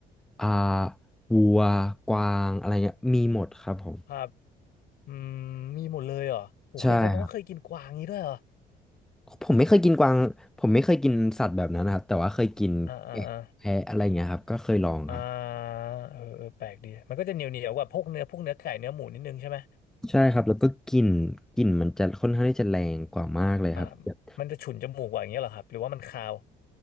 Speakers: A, in the centre; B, on the left.
A: อ่าวัวกวางอะไรเงี้ยมีหมดครับผม
B: ครับอืมมีหมดเลยเหรอโหเคยแสดงว่าเคยกินกวางนี้ด้วยเหรอ
A: ใช่ครับ ผมไม่เคยกินกวางผมไม่เคยกินสัตว์แบบนั้นนะครับแต่ว่าเคยกินแกะแพะอะไรอย่างเงี้ยครับก็เคยลองครับ
B: อ่าอ่าอ่าอ่าเออเออแปลกดีมันก็จะเหนียวเหนียวกว่าพวกเนื้อพวกเนื้อไก่เนื้อหมูนิดนึงใช่ไหม
A: ใช่ครับแล้วก็กลิ่นกลิ่นมันจะค่อนข้างที่จะแรงกว่ามากเลยครับแบบ
B: อ่ามันจะฉุนจมูกกว่าอย่างเงี้ยเหรอครับหรือว่ามันคาว